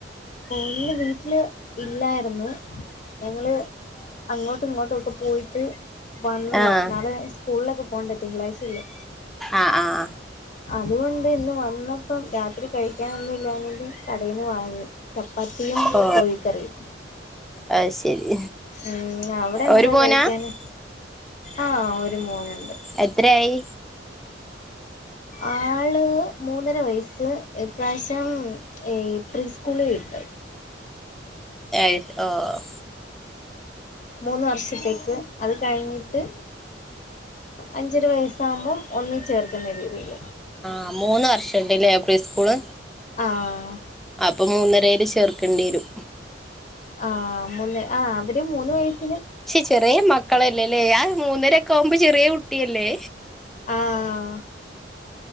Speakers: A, on the left (about 40°); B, in the centre.
A: നിന്ന് വീട്ടില് ഇല്ലായിരുന്നു ഞങ്ങള് അങ്ങോട്ടും ഇങ്ങോട്ടുമൊക്കെ പോയിട്ട് വന്ന്
B: ആഹ്
A: നാളെ സ്കൂളിലൊക്കെ ഫോണ്ടണ്ട് തിങ്കളായിസ്സല്ലേ
B: ആഹ ആഹ ആഹ
A: അതുകൊണ്ട് ഇന്ന് വന്നപ്പം രാത്രി കഴിക്കൻൊന്നുംല്ലി കടയിു വാങ്ങി ചപ്പാത്തിയും
B: ഓ
A: കോഴിക്കറിയും
B: അത് ശരി
A: ഉ അവിടെ എന്താ
B: ഒരു മോനാ
A: കഴിക്കാന് ആഹ ഒരു മൂനുണ്ട്
B: എത്രയായി
A: ആള് മൂന്നര വയസ്സ് പ്രാവശ്യം പ്രീ സ്കൂള ഇട്ടത്
B: ആ ആഹ
A: മൂന്ന് വർഷത്തേക്ക് അത് കഴിഞ്ഞിട്ട് അഞ്ചര വയസ്സാകുമ്പം ഒന്ന ചേർക്കുന്ന രീതിയിൽ
B: ആ മൂന്ന് വർഷം ഉണ്ട്ലേ പ്രീ സ്കൂള്
A: ആഹ്
B: അപ്പൊ മൂന്നരയില് ചേർ കണ്ടീരും
A: ആഹ് മൂന്ന് ആ അവര് മൂന്ന് വയസ്
B: പക്ഷെ ചെറിയ മക്കളല്ലേന്നേ ഞാൻ മൂന്നരൊക്കെ ആകുമ്പോ ചെറിയ കു ട്ടിയല്ലേ
A: ആഹ്